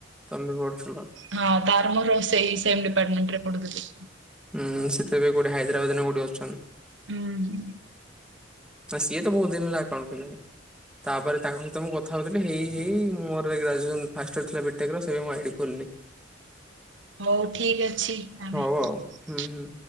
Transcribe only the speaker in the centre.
ତମ ବି ପଢ଼ୁଥିଲ?
ହୁଁ। ସିଏ ତ ଏବେ କୋଉଟି ହାଇଦ୍ରାବାଦରେ ନା କୋଉଠି ଅଛନ୍ତି।
ନା ସିଏ ତ ବହୁତ ଦିନ ହେଲା ଆକାଉଣ୍ଡ ଖୋଲିଲେଣି। ତାପରେ ତାଙ୍କ ସହିତ ମୁଁ କଥା ହଉଥିଲି, ହେଇ ହେଇ ମୁଁ ମୋର ଏଇ ଗ୍ରାଜୁଏସନ୍ ଫାଷ୍ଟ ଇୟର ଥିଲା ବି ଟେକ୍ ର ସେବେ ମୁଁ ଆଇଡି ଖୋଲିଲି। <inaudible>
ହଉ
ଆଉ ହୁଁ ହୁଁ।